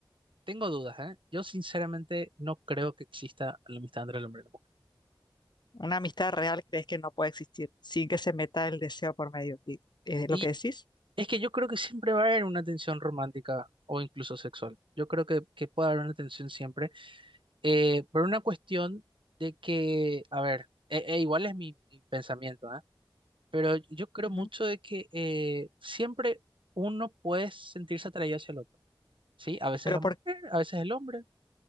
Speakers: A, on the right; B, on the left.
A: tengo dudas, ¿eh? Yo sinceramente no creo que exista la amistad entre el hombre y la mujer.
B: Una amistad real crees que no puede existir sin que se meta el deseo por medio. di- ¿Es
A: Y
B: lo que decís?
A: es que yo creo que siempre va a haber una tensión romántica o incluso sexual. Yo creo que, que puede haber una tensión siempre, eh, por una cuestión de que, a ver, e- e igual es mi, mi pensamiento, ¿eh? Pero yo creo
B: Ujú.
A: mucho de que eh, siempre uno puede sentirse atraído hacia el otro, ¿sí? A veces
B: Pero
A: la
B: ¿por,
A: mujer, a veces el hombre.